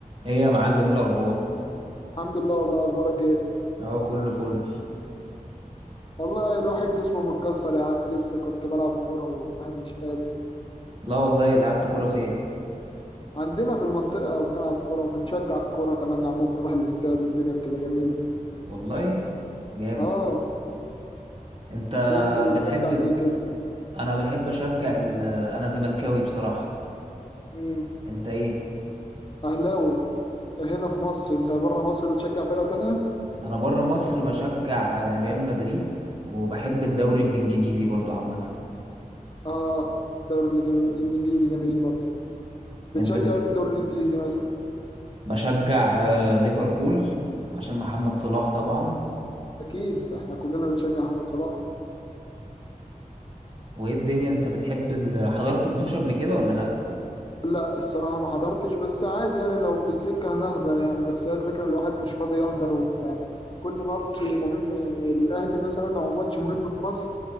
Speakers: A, on the right; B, on the left.
A: ايه يا معلم إيه الاخبار
B: الحمد لله والله اخبارك ايه
A: اهو كله فل
B: والله الواحد جسمه متكسر يا عم لسه كنت بلعب كوره والواحد مش قادر
A: لا والله لعبت كوره فين
B: عندنا في المنطقه بنلعب كوره وبنشجع كوره كمان يا عم بنروح الاستاد والدنيا بتبقى جميله
A: والله جامد
B: اه
A: انت
B: إيه انت بتشجع
A: بتحب
B: ايه كده
A: انا بحب اشجع ال... انا زملكاوي بصراحه
B: امم
A: انت ايه
B: اهلاوي هنا في مصر انت بره مصر بتشجع فرقه تانية
A: انا بره مصر بشجع ريال مدريد وبحب الدوري الانجليزي برضو عامه
B: اه الدوري الجميل الانجليزي جميل برضه بتشجع
A: انت بت...
B: ايه في الدوري الانجليزي مثلا
A: بشجع آه، ليفربول عشان محمد صلاح طبعا
B: اكيد احنا كلنا بنشجع محمد صلاح
A: وايه الدنيا انت بتحب ال... حضرت متوش قبل كده ولا لا
B: لا الصراحة ما حضرتش بس عادي يعني لو في السكة هنحضر يعني بس هي الفكرة إن الواحد مش فاضي يحضر وبتاع يعني كل ماتش مهم للأهلي مثلا أو ماتش مهم في مصر